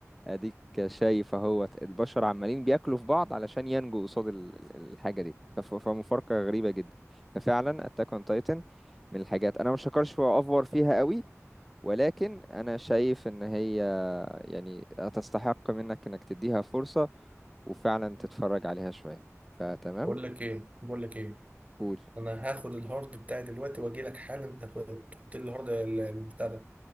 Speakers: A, in the centre; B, on the right (about 25°).
A: اديك شايف اهوت البشر عمالين بياكلوا في بعض علشان ينجوا قصاد ال- ال- الحاجة دي فف- فمفارقة غريبة جدا ففعلا اتاك اون تايتن من الحاجات انا مش هكرش وافور فيها قوي ولكن انا شايف ان هي يعني تستحق منك انك تديها فرصة وفعلا تتفرج عليها شوية فتمام
B: بقول لك ايه بقول لك ايه
A: قول
B: انا هاخد الهارد بتاعي دلوقتي واجي لك حالا تاخد تحط لي الهارد ال- البتاع ده